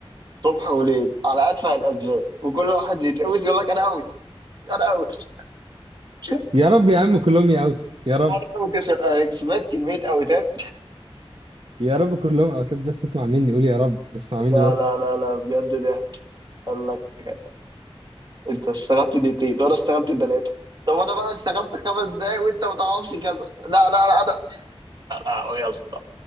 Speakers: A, on the right (about 45°); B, on the right (about 60°).
A: صبح وليل على ادفع الاسباب وكل واحد يتقوس يقول لك انا اوت انا اوت <laughs> انا
B: يا رب يا عم كلهم يأوتوا يا رب
A: أنا اوت يا شباب. انا سمعت كميه اوتات
B: يا رب كلهم اوتات بس اسمع مني قول يا رب اسمع مني
A: لا
B: بس
A: لا لا لا بجد ضحك قال لك انت اشتغلت دقيقتين وانا اشتغلت ثلاثه طب انا بقى اشتغلت خمس دقايق وانت ما تعرفش كذا لا لا لا انا لا يا اسطى